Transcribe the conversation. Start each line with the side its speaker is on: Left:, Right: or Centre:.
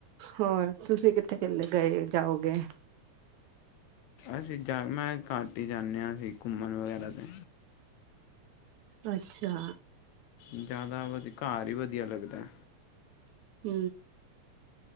Right: ਹੋਰ ਤੁਸੀਂ ਕਿੱਥੇ ਚਲੇ ਗਏ ਜਾਓਗੇ
Left: ਅਸੀਂ ਜਾ ਮੈਂ ਘਾਟੀ ਜਾਂਦੇ ਹਾਂ ਅਸੀਂ ਘੁੰਮਣ ਵਗੈਰਾ ਤੇ
Right: ਅੱਛਾ।
Left: ਜਿਆਦਾ ਵਧ ਘਰ ਹੀ ਵਧੀਆ ਲੱਗਦਾ।
Right: ਹਮ।